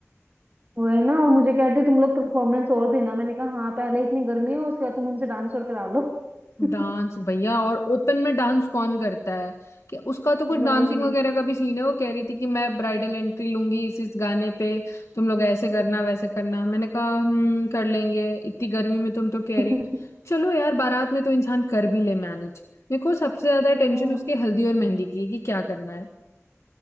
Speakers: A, on the right (about 35°); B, on the left (about 65°).
A: वही ना और मुझे कहते तुम लोग परफॉर्मेंस और देना मैंने कहा हाँ पहले इतनी गर्मी है उसके बाद तुम हमसे डांस और करा लो <laughs>
B: डांस भैया और ओपन में डांस कौन करता है कि उसका तो कुछ डांसिंग
A: वही
B: वगैरह का भी सीन है वो कह रही थी कि मैं ब्राइडल एंट्री लूंगी इस इस गाने पे तुम लोग ऐसे करना वैसे करना मैंने कहा हम कर लेंगे इतनी गर्मी में तुम तो कह
A: <laughs>
B: रही चलो यार बारात में तो इंसान कर भी ले मैनेज देखो सबसे ज्यादा टेंशन
A: हाँ,
B: उसकी हल्दी और मेहंदी की है कि क्या करना है